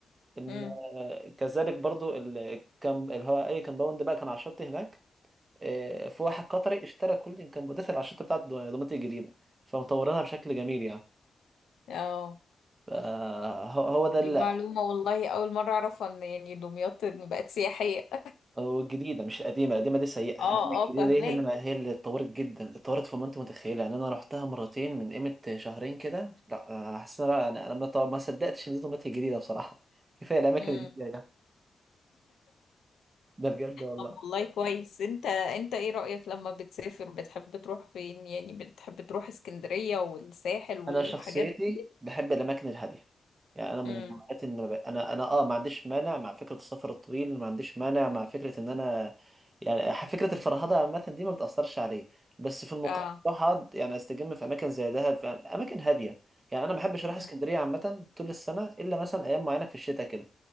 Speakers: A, on the right; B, on the left.
A: ان
B: امم
A: كذلك برضه الكم اللي هو اي كمباوند بقى كان على الشط هناك إيه، في واحد قطري اشترى كل الكمبوندات اللي على الشط بتاعت دومات الجديده فمطورينها بشكل جميل يعني
B: اه
A: فهو هو ده
B: دي
A: اللي
B: معلومة والله أول مرة أعرف إن يعني دمياط بقت سياحية
A: هو الجديده مش القديمه القديمه دي
B: <laughs>
A: سيئه
B: اه
A: انما الجديده
B: اه فاهماه
A: دي هي اللي هي اللي اتطورت جدا اتطورت فوق ما انت متخيله يعني انا رحتها مرتين من قيمه شهرين كده لا آه، حاسس ان انا يعني انا ما ما صدقتش ان دي طماطم جديده بصراحه كفايه الاماكن
B: مم.
A: الجديده يعني ده بجد والله
B: طب والله كويس انت انت ايه رأيك لما بتسافر بتحب تروح فين يعني بتحب تروح اسكندرية والساحل والحاجات
A: انا شخصيتي
B: دي
A: بحب الاماكن الهاديه يعني انا من
B: امم
A: نوعيات ان ما ب- انا انا اه ما عنديش مانع مع فكره السفر الطويل ما عنديش مانع مع فكره ان انا يعني ح- فكره الفرهده عامه دي ما بتاثرش عليه بس في المقابل
B: اه
A: بروح اقعد يعني استجم في اماكن زي دهب في اماكن هاديه يعني انا ما بحبش اروح اسكندريه
B: مم.
A: عامه طول السنه الا مثلا ايام معينه في الشتاء كده